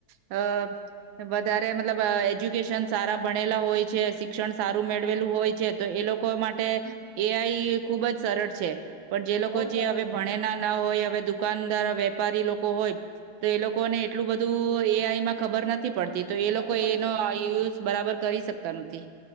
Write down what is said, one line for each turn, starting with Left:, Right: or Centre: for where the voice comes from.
Right: અહ વધારે મતલબ એજ્યુકેશન સારા ભણેલા હોય છે, શિક્ષણ સારું મેળવેલું હોય છે, તો એ લોકો માટે એ આઈ ખુબ જ સરળ છે. પણ જે લોકો,
Left: બહુ
Right: જે
Left: સરસ
Right: હવે ભણેના કે હવે દુકાનદાર, વેપારી લોકો હોય, તો એ લોકોને એટલું બધું એ આઈમાં ખબર નથી પડ તો એ
Left: છે
Right: લોકો
Left: નથી પડતી
Right: એનો યુઝ બરાબર કરી શકે. તનુથી.